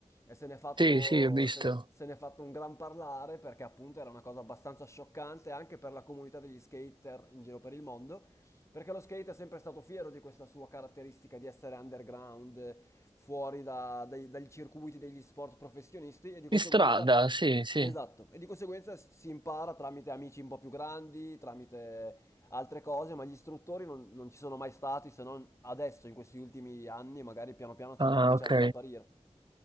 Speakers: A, on the left; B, on the right.
A: E se ne è fatto,
B: Sì, sì, ho visto.
A: se ne, se ne è fatto un gran parlare perché appunto era una cosa abbastanza scioccante anche per la comunità degli skater in giro per il mondo. Perché lo skate è sempre stato fiero di questa sua caratteristica di essere underground, eh, fuori da- dai, dagli circuiti degli sport professionisti e di conseguenza...
B: In strada, sì, sì.
A: Esatto, e di conseguenza si impara tramite amici un po' più grandi, tramite altre cose, ma gli istruttori non, non ci sono mai stati se non adesso, in questi ultimi anni, magari piano piano stanno
B: Ah,
A: cominciando
B: ok.
A: ad apparire.